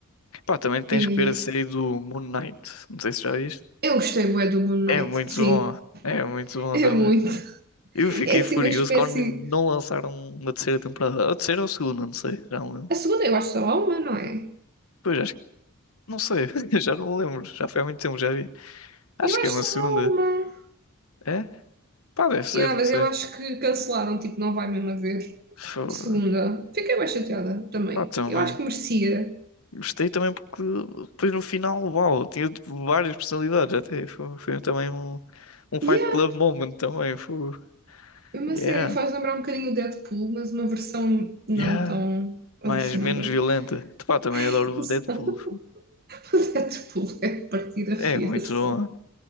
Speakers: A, on the left (about 70°); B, on the right (about 45°).
A: Pá, também tens
B: E
A: que ver a série do Moon Knight. Não sei se já viste.
B: eu gostei bué do Moon Knight,
A: É muito
B: sim,
A: bom. É muito bom
B: é
A: também.
B: muito. <laughs>
A: Eu fiquei
B: É assim
A: furioso
B: uma espécie.
A: quando não lançaram uma terceira temporada. A terceira ou a segunda, não sei. Já não lembro.
B: A segunda eu acho que só há uma, não é?
A: Pois, acho que. Não sei. <laughs> Já não me lembro. Já foi há muito tempo, já vi. Acho
B: Eu acho
A: que é uma
B: só
A: segunda.
B: há uma.
A: É? Pá, deve ser,
B: Yeah,
A: não
B: mas
A: sei.
B: eu acho que cancelaram, tipo, não vai mesmo haver
A: Fo-
B: segunda. Fiquei bem chateada também.
A: Pá, também.
B: Eu acho que merecia.
A: Gostei também porque depois no final, uau, tinha tipo, várias personalidades até. Foi, foi também um, um Fight
B: Yeah,
A: Club moment também. Foi,
B: é uma
A: yeah,
B: série faz lembrar um bocadinho o Deadpool, mas uma versão não
A: yeah.
B: tão alucinada.
A: Mas menos violenta. Pá, também
B: <laughs>
A: adoro o Deadpool.
B: O Deadpool é de partir a rir,
A: É muito
B: assim.
A: bom.